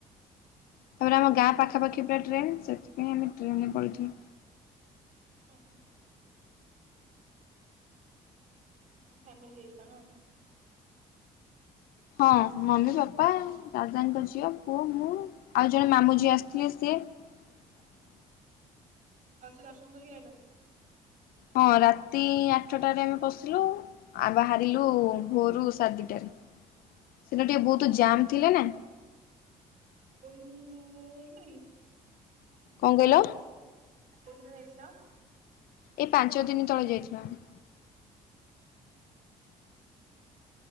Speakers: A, on the left; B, on the right.
A: ତାପରେ ଆମ ଗାଁ ପାଖାପାଖି ପୁରା ଟ୍ରେନ ସେଥିପାଇଁ ଆମେ ଟ୍ରେନରେ ପଳେଇଥିଲୁ।
B: ଓ ହୋ ତମ ଫ୍ୟାମିଲି ଯାଇଥିଲ ନା?
A: ହଁ ମମି ବାପା ଦାଦାଙ୍କ ଝିଅ ପୁଅ ମୁଁ ଆଉ ଜଣେ ମାମୁ ଝିଅ ଆସିଥିଲେ ସିଏ <unintelligible>
B: ଭଲସେ ଦର୍ଶନ କରିକି ଆଇଲ?
A: ହଁ ରାତି ଆଠଟାରେ ଆମେ ପଶିଲୁ ଆଉ ବାହାରିଲୁ ଭୋରୁ ସାଢେ ଦିଟାରେ ସେଟା ଟିକେ ବହୁତ ଜାମ୍ ଥିଲା ନା
B: କୋଇ ହେଲା <unintelligible>
A: କଣ କହିଲ?
B: କଉଦିନ ଯାଇଥିଲ?
A: ଏଇ ପାଞ୍ଚ ଦିନ ତଳେ ଯାଇଥିଲୁ ଆମେ
B: ଓହୋ